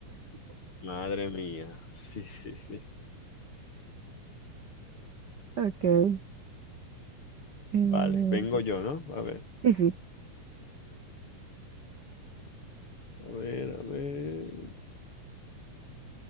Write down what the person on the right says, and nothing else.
Ok. eh,
sí, sí.